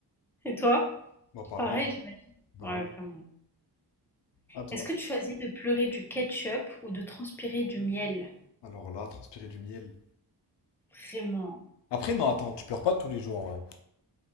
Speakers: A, in the centre; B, on the left (about 80°).
A: Et toi?
B: Bah pareil.
A: Pareil, j'imagine.
B: Bah
A: Ouais,
B: oui.
A: vraiment.
B: À toi.
A: Est-ce que tu choisis de pleurer du ketchup ou de transpirer du miel?
B: Alors là, transpirer du miel.
A: Vraiment.
B: Après, non, attends, tu pleures pas tous les jours en vrai.